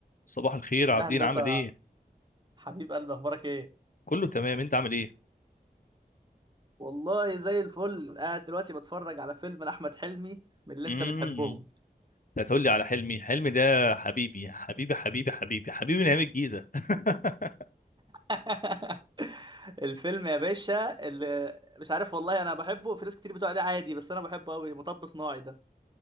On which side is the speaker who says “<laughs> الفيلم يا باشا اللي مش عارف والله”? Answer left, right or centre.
Right